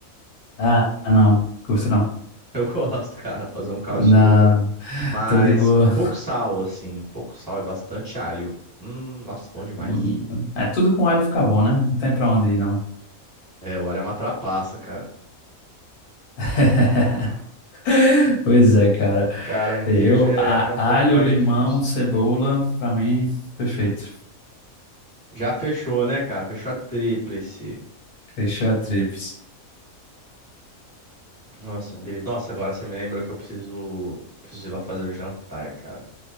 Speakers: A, on the left (about 85°); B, on the right (about 15°).
A: Ah, não. Curto não.
B: <laughs> Eu gosto, cara, fazer um caldo
A: Não,
B: de sururu. Mas
A: tô de boa.
B: com pouco sal, assim. Pouco sal e bastante alho. Hum, nossa, bom demais.
A: Hum, É, tudo com alho fica bom, né? Não tem pra onde ir, não.
B: É, o alho é uma trapaça, cara.
A: <laughs> Pois é, cara.
B: Caranguejo
A: Eu,
B: é,
A: a-
B: é um
A: alho,
B: pouco mais
A: limão,
B: difícil.
A: cebola, pra mim, perfeito.
B: Já fechou, né, cara? Fechou a tríplice.
A: Fechou a tríplice.
B: Nossa, beleza. Nossa, agora você me lembrou que eu preciso, preciso ir lá fazer o jantar, cara.